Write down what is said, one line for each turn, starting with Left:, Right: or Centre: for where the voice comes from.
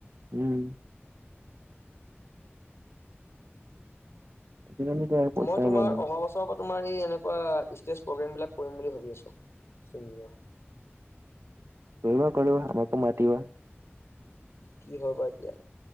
Right: উম। আজিকালিতো আৰু পইচাই
Left: মই তোমাৰ
Right: মেইন
Left: অহা বছৰৰ ক তোমাৰ এই এনেকুৱা ইষ্টেজ প্ৰগ্ৰেমবিলাক কৰিম বুলি ভাবি আছোঁ ছিংগিঙৰ।
Right: কৰিবা - কৰিবা। আমাকো মাতিবা।
Left: কি হয় বা এতিয়া।